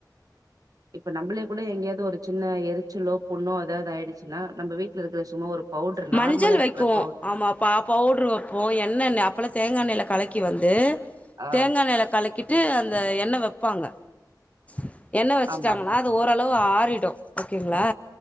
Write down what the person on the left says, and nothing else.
மஞ்சள்
வைப்போம்
ஆமா பவுட்ரு வைப்போம் எண்ணெய் அப்பல்லாம் தேங்காய் எண்ணெயில கலைக்கி வந்து
தேங்காய் நில கலிக்க கிட்டு அந்த எண்ணய வைப்பாங்க உம் என்ன வச்சுட்டாங்கன்னா
அது ஓரளவு ஆறிடும் ஓகேங்களா